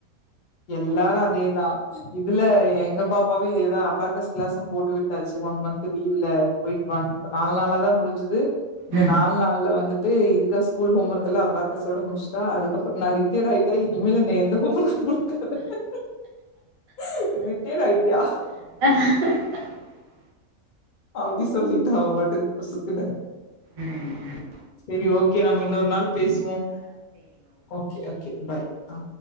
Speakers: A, on the left (about 55°); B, on the right (about 60°).
A: எல்லாரு அதே தா இதுல எங்க பாப்பாவு இதே தா அபேக்கஸ் கிளாஸு போட்டு விட்டாச்சு ஒன் மந்த் லீவுல போய்ட்டு <unintelligible> நாள் நாளா தா முடிஞ்சு சுது இந்த
B: ம்
A: நாள் நாள்ல வந்து இது இருக்க ஸ்கூல் ஹோம் ஒர்க் எல்ல அபாகஸோட முடிஷ்ட்டா அதுக்கப்பற் நா ரிட்டேட் ஆயிட்ட இனிமேல் என்ன எந்த ஹோமர்க் குடுக்கா <inaudible> ரிட்டேர் ஆய்ட்டியா
B: <unintelligible>
A: அப்டி சொல்லிட்டா அவன் பாட்டுக் பொசுக்குனு
B: ம் ம்
A: செரி ஓகே நம்ம இன்னொரு நாள் பேசுவோம் ஓகே ஓகே பாய் ஆ